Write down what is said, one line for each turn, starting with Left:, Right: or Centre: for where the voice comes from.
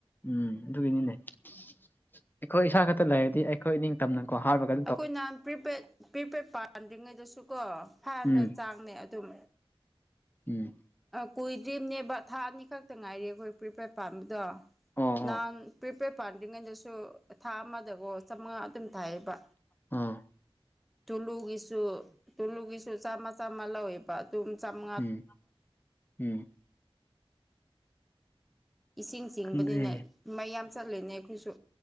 Left: ꯎꯝ ꯑꯗꯨꯒꯤꯅꯤꯅꯦ ꯑꯩꯈꯣꯏ ꯏꯁꯥ ꯈꯛꯇ ꯂꯩꯔꯗꯤ ꯑꯩꯈꯣꯏ ꯅꯤꯡ ꯇꯝꯅꯀꯣ ꯍꯥꯏꯕꯒ
Centre: ꯑꯩꯈꯣꯏ ꯅꯍꯥꯟ ꯄ꯭ꯔꯤꯄꯦꯗ ꯄ꯭ꯔꯤꯄꯦꯗ ꯄꯥꯟꯗ꯭ꯔꯤꯉꯩꯗꯁꯨꯀꯣ ꯐꯥꯏꯟꯗ
Left: ꯎꯝ
Centre: ꯆꯥꯡꯅꯦ ꯑꯗꯨꯝ꯫
Left: ꯎꯝ
Centre: ꯀꯨꯏꯗ꯭ꯔꯤꯝꯅꯦꯕ ꯊꯥ ꯑꯅꯤ ꯈꯛꯇ ꯉꯥꯏꯔꯤ ꯑꯩꯈꯣꯏ ꯄ꯭ꯔꯤꯄꯦꯗ ꯄꯥꯟꯕꯗꯣ꯫
Left: ꯑꯣ
Centre: ꯅꯍꯥꯟ
Left: ꯑꯣ
Centre: ꯄ꯭ꯔꯤꯄꯦꯗ ꯄꯥꯥꯟꯗ꯭ꯔꯤꯉꯩꯗꯁꯨ ꯊꯥ ꯑꯃꯗꯒꯣ ꯆꯥꯃꯉꯥ ꯑꯗꯨꯝ ꯊꯥꯏꯌꯦꯕ꯫
Left: ꯎꯝ꯫
Centre: ꯇꯨꯂꯨꯒꯤꯁꯨ ꯇꯨꯂꯨꯒꯤꯁꯨ ꯆꯥꯝꯃ ꯆꯥꯝꯃ ꯂꯧꯋꯦꯕ ꯑꯗꯨꯝ ꯆꯥꯝꯃ
Left: ꯎꯝ ꯎꯝ
Centre: ꯏꯁꯤꯡ ꯆꯤꯡꯕꯅꯤꯅ
Left: ꯈꯪꯗ꯭ꯔꯦ
Centre: ꯃꯩ ꯌꯥꯝ ꯆꯠꯂꯦꯅꯦ ꯑꯩꯈꯣꯏꯁꯨ